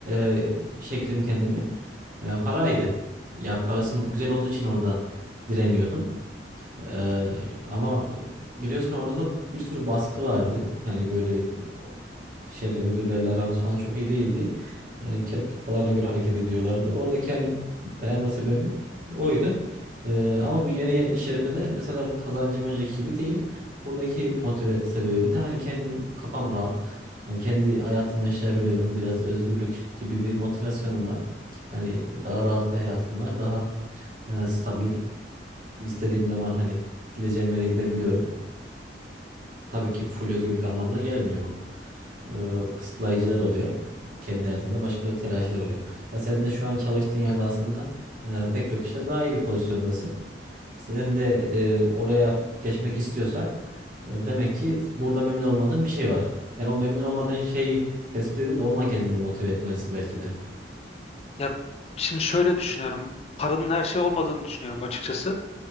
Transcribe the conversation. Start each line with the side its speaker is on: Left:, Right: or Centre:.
Right: e, şeklim kendimi e, paraydı. Ya parasım güzel olduğu için orada direniyordum. Eee, ama biliyorsun orada da bir sürü baskı vardı. Hani böyle o, şeyle müdürlerle aramız falan çok iyi değildi. Yani kendi kafalarına göre hareket ediyorlardı. Oradaki hani dayanma sebebim oydu. Eee, ama bu yeni yer- iş yerimde de mesela kazancım önceki gibi değil. Buradaki motive sebebim de hani kendim kafam rahat. Hani kendi hayatımı yaşayabiliyorum. Biraz özgürlük gibi bir motivasyonum var. Hani daha rahat bir hayatım var. Daha e, stabil. İstediğim zaman hani gideceğim yere gidebiliyorum. Tabii ki full özgürlük anlamına gelmiyor bu. Ee, kısıtlayıcılar oluyor. Kendi hayatında başka telaşlar oluyor. Ya sen de şu an çalıştığın yerde aslında e, pek çok kişiden daha iyi bir pozisyondasın. Sen de e, oraya geçmek istiyorsan e, demek ki burada memnun olmadığın bir şey var. Yani o memnun olmadığın şeyi tespit edip onunla kendini motive etmelisin belki de.
Left: Ya şimdi şöyle düşünüyorum. Paranın her şey olmadığını düşünüyorum açıkçası.